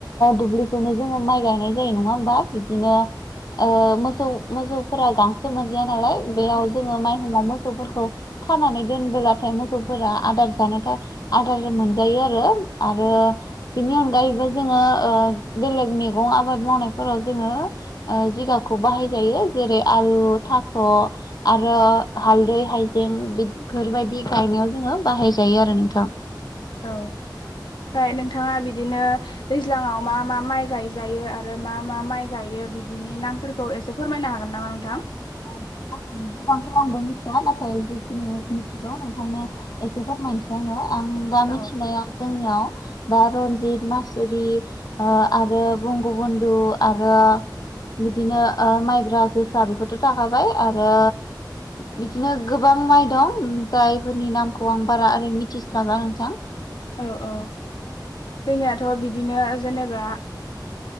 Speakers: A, on the left (about 55°); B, on the left (about 80°).
A: दुब्लिखौनो जोङो माइ गायनाय जायो, नङा होमबा? बिदिनो ओ मोसौ मोजौफोरा गांसो मोन नालाय, बेयाव जोङो माइहुमाव मोसौफोरखौ खानानै दोनबोलाथाय मोसौफोरा आदार जानोथा आदार मोनजायो आरो। आरो बिनि अनगायैबो जोङो ओ बेलेग मैगं आबाद मावनायफोराव जोङो जिगाबखौ बाहायजायो। जेरै आलु, था स' आरो हालदै, हाइजें बिदफोरबायदि गायनायाव जोङो बाहायजायो आरो नोंथां।
B: औ फ्राय नोंथाङा बिद दिनो दैज्लाङाव मा मा माइ गायजायो आरो मा मा माइ गायो बिदिनि नामफोरखौ एसे फोरमायनो हागोन नामा नोंथां?
A: औ नोंथां गोबांथ' आंबो मिथिया नाथाय जिखिनि मिथिगौ नोंथांनो एसे फोरमायनोसै आङो। आं दा
B: औ
A: मिथिनायाव जोंनियाव दा रनजिद, मासुरि आरो ओ बंग'बन्धु आरो बिदिनो ओ माइब्रा जोसा बेफोर थ' थाखाबाय। आरो बिदिनो गोबां माइ दं, जायफोरनि नामखौ आं बारा ओरै मिथिस्लाबा नोंथां।
B: औ औ। जोंनिया थ' बिदिनो जेनेबा